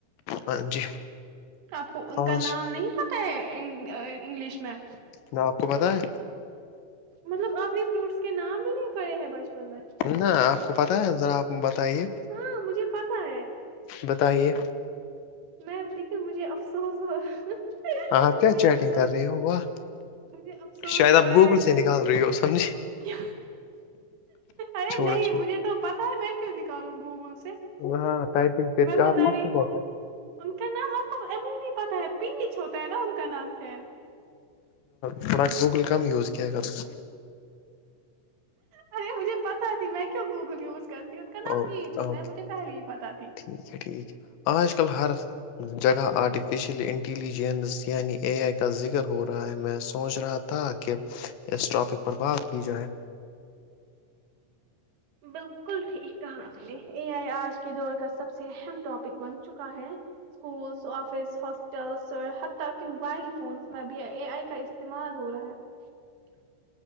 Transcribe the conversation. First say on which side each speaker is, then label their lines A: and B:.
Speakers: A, on the left; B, on the right.
A: ہاں جی
B: آپ کو ان
A: آج
B: کا نام نہیں پتا انگلش میں
A: ن آپ کو پت ہے
B: مطلب اب یہ فروٹس کے نام بھی نہیں پڑے ہیں بچپن میں
A: نہ آپ کو پ ذراپ ب بتائیے
B: ہاں مجھے پتا ہے
A: ب تائیے
B: میں لیکن مجھے افسوس ہوا مجھے
A: آپ کیا چیٹنگ
B: افسوس
A: کر رہی ہو واہ
B: مجھے افسوس
A: شاید
B: ہو
A: آپ
B: رہا
A: گوگل
B: ہے
A: سے نکال رہی ہو سمجھے
B: کہ
A: چھوڑو
B: ارے نہیں
A: چھوڑو
B: مجھے تو پتا ہے میں کیوں نکالوں گوگل سے
A: ہاں ٹائپنگ کر
B: میں
A: کے
B: بتا
A: آپ
B: رہی ہوں
A: ب
B: ان کا نام آپ ابھی نہیں پتا ہے پیچھ ہوتا ہے نا ان کا نام شاید
A: تھوڑا گوگل کم یوز کیا کروں
B: ارے مجھے پتا ت میں کیوں گوگل یوز کرتی ہوں ان کا نام
A: اوکے
B: پیچ ہوتا
A: اوکے
B: ہے مجھے پہلے ہی پتا تھی
A: ٹھیک ہے ٹھیک ہے آج کل ہر جگہ آرٹفیشل انٹیلیجنس ینی اے آئی کا ذکر فر ہو رہا ہے میں سوچ رہا تھا تھا کہ اس ٹاپک پر بات کی جائے
B: بالکل ٹھیک کہا اج کے دور کا سب سے اہم ٹاپک بن چکا ہے سکولز افس ہاسپٹلز اور حتی کہ موبائل فونس میں بھی اے آئی کا استعمال ہو رہا ہے